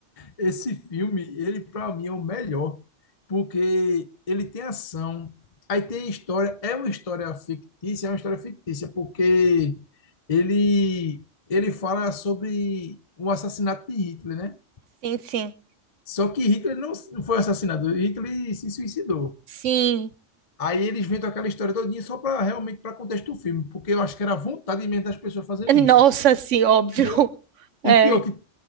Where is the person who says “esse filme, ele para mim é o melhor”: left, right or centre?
Left